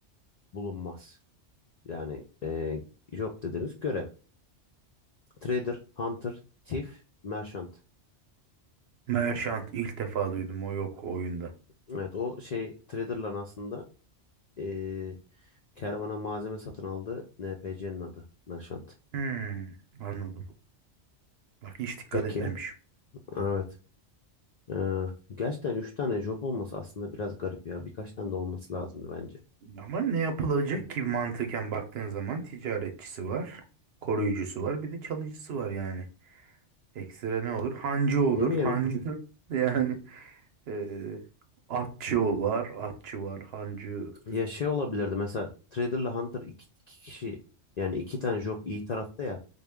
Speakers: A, on the left; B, on the right.
A: bulunmaz? Yani e, job dediğimiz görev. Trader, Hunter, Thief, Merchant.
B: Merchant ilk defa duydum o yok oyunda.
A: Evet o şey Trader'la aslında e, kervana malzeme satın aldığı NPC'nin adı Merchant.
B: Hmm, anladım. Bak hiç dikkat
A: Peki
B: etmemişim.
A: evet. E, gerçekten üç tane job olması aslında biraz garip ya. Birkaç tane de olması lazımdı bence.
B: Ama ne yapılacak ki mantıken baktığın zaman ticaretçisi var, koruyucusu var, bir de çalıcısı var yani. Ekstra ne olur? Hancı olur.
A: Ne bileyim
B: Hancı <laughs> yani eee atçı o var, atçı var, hancı.
A: ya şey olabilirdi mesela Trader'la Hunter iki, iki kişi yani iki tane job iyi tarafta ya.